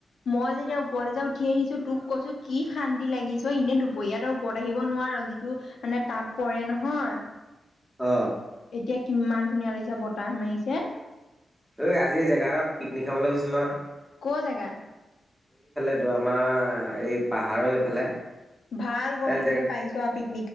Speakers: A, on the left (about 70°); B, in the centre.
A: মই যেতিয়া ওপৰলৈ যে উঠি আহিছো তোক কৈছো কি শান্তি লাগিছে‌ অ এনে দুপৰীয়া ত ওপৰত আহিব নোৱাৰ। আৰু যিটো মানে তাপ পৰে নহয়।
B: অ
A: এতিয়া কিমান ধুনীয়া লাগিছে বতাহ মাৰিছে।
B: ঐ আজি জেগা এটাত পিকনিক খাবলৈ গৈছিল নহয়।
A: কৰ জেগা?
B: এইটো আমাৰ এই পাহাৰৰ এইফালে
A: ভাল গৰম
B: এ জেগা
A: খনৰ পাৰিছো আ পিক